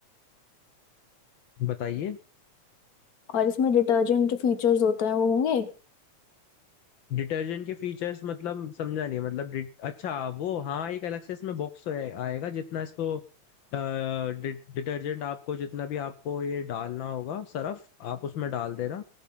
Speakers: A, on the left; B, on the left.
A: बताइए
B: और इसमें डिटर्जेंट फीचर्स होते हैं वो होंगे
A: डिटर्जेंट के फीचर्स मतलब समझा नहीं मतलब डि- अच्छा वो हाँ एक अलग से इसमें बॉक्स आएगा जितना इसको अ, डि- डिटर्जेंट आपको जितना भी आपको ये डालना होगा सरफ आप उसमें डाल देना